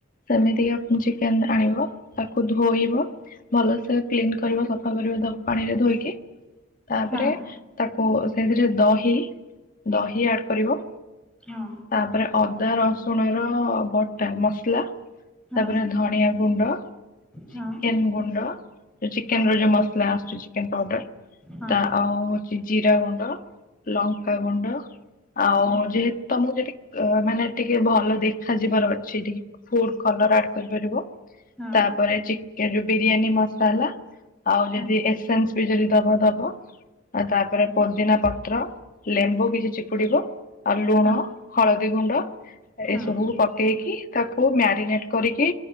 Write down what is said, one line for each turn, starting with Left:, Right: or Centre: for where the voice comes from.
Left: ସେମିତି କି ଚିକେନ ଆଣିବ ତାକୁ ଧୋଇବ ଭଲସେ କ୍ଲିନ କରିବ। ସଫା କରିବ ତାକୁ ପାଣିରେ ଧୋଇକି ତାପରେ
Centre: ହଁ
Left: ତାକୁ ସେଥିରେ ଦହି ଦହି ଆଡ୍ କରିବ।
Centre: ହଁ।
Left: ତାପରେ ଅଦା ରସୁଣ ର ବଟା ମସଲା
Centre: ହଁ
Left: ତାପରେ ଧନିଆ ଗୁଣ୍ଡ
Centre: ହଁ
Left: ଚିକେନ ଗୁଣ୍ଡ ଯୋଉ ଚିକେନ
Centre: ହଁ
Left: ର ଯୋଉ ମସଲା ଆସୁଚି ଚିକେନ ପାଉଡର
Centre: ହଁ
Left: ତାଉ ହଉଛି ଜିରା ଗୁଣ୍ଡ ଲଙ୍କା ଗୁଣ୍ଡ ଆଉ
Centre: ହଁ
Left: ଯେ ତମକୁ ଯଦି ଅ ମାନେ ଟିକେ ଭଲ ଦେଖା ଯିବାର ଅଛି ଟିକେ ଫୁଡ କଲର ଆଡ କରିପାରିବ।
Centre: ହଁ
Left: ତାପରେ ଚିକେ ଯୋଉ ବିରିୟାନୀ ମସଲା ଆଉ
Centre: ହଁ। ହଁ
Left: ଯଦି ଏସେନ୍ସ ବି ଯଦି ଦବ ଦବ ତାପରେ
Centre: ହଁ
Left: ପୋଦିନା ପତ୍ର ଲେମ୍ବୁ ବି ଚିପୁଡିବ। ଆଉ ଲୁଣ
Centre: ହଁ
Left: ହଳଦୀ ଗୁଣ୍ଡ
Centre: ହଁ
Left: ଏସବୁକୁ ପକେଇକି ତାକୁ ମ୍ୟାରିନେଟ କରିକି